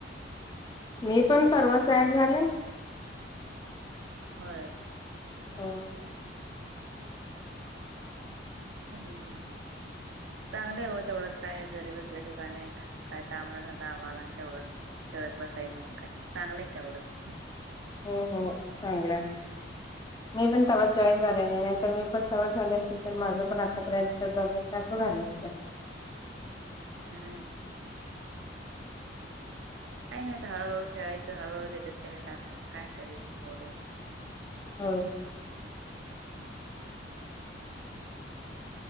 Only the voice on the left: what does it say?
मी पण परवाच ऍड झाले,
हम,
हम हम, चांगलंय मी पण तेव्हा,
जॉईन झाले नाही नाहीतर मी, पण तंवच झाले असत तर, माझं पण आतापर्यंत दोन, तीन टास्क झाले असते.
होय,